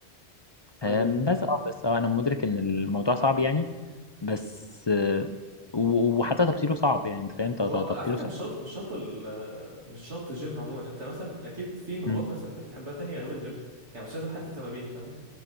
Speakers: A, on the right (about 85°); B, on the left (about 30°).
A: طيب
B: آم، بس اه بس اه انا مدرك ان الموضوع صعب يعني بس آه، و- وحتى تبطيله صعب يعني انت فاهم ت- ت-
A: هو على
B: تبطيله
A: فكره
B: صعب
A: مش شرط مش شرط ال... مش شرط الجيم عموما انت مثلا اكيد في مهارات
B: مم.
A: مثلا انت بتحبها تانية غير الجيم يعني مش لازم حتى تمارين فاهمني